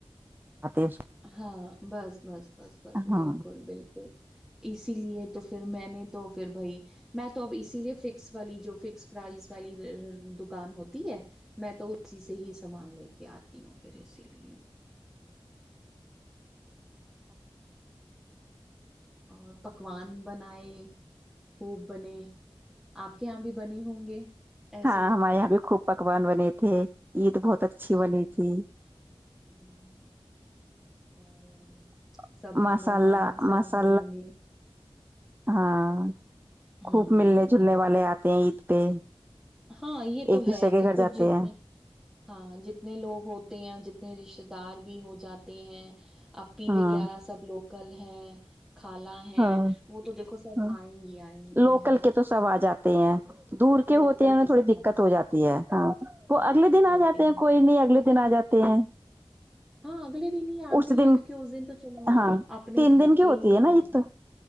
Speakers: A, on the right; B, in the centre.
A: آتے
B: ہاں بس بس بس بس
A: ہاں
B: بالکل بالکل <unintelligible> اسی لیے تو پھر میں نے تو پھر بھائی میں تو اب اسی لیے فکس والی جو فکس پرائز والی دکان ہوتی ہے میں تو اسی سے ہی سامان لے کے آتی ہوں پھر اسی لیے <unintelligible> اور پکوان بنائے خوب بنے آپ کے یہاں بھی بنے ہوں گے <unintelligible>
A: ہاں
B: تو
A: ہمارے یہاں بھی خوب <unintelligible> پکوان بنے تھے <unintelligible> عید بہت اچھی
B: ہاں
A: بنی تھی
B: ہوں،
A: <unintelligible>
B: اور سب
A: مساللہ
B: مہمان بھی سب
A: مسہ
B: آئے ہوں گے
A: ہاں
B: ہوں
A: خوب ملنے جلنے والے آتے <unintelligible> اید پہ <unintelligible>
B: ہاں یہ تو
A: ایک
B: ہے
A: دوسرے کے
B: دیکھو
A: گھر جاتے
B: جتنے
A: ہیں
B: ہاں جتنے لوگ ہوتے یا جتنے رشت <unintelligible> دار بھی ہو جاتے ہیں <unintelligible> اپپی
A: ہاں
B: وغیرہ سب لوگ <unintelligible> کل ہے <unintelligible> خالہ ہے
A: ہاں
B: وہ تو دیکھو سب
A: ہاں
B: آئیں گی آئیں گی
A: لوکل
B: ہے نا
A: کے تو
B: <unintelligible>
A: سب آ جاتے ہیں دور کے
B: لوکل
A: ہوتے ہیں انہیں تھوڑی
B: سب بن
A: دقت
B: سک
A: ہو جاتی ہے ہاں وہ اگلے
B: دقت
A: دن آ
B: ہوتی
A: جاتے ہیں
B: ہے
A: کوئی نہیں اگلے دن آ جاتے ہیں
B: ہاں اگلے دن ہی آتے
A: اس دن
B: ہیں کیونکہ اس دن تو چلو
A: ہاں
B: اپنے
A: تین
B: گھر
A: دن کی
B: کے
A: ہوتی
B: ہی ہو
A: ہے
B: جاتے
A: نا <unintelligible>
B: ہیں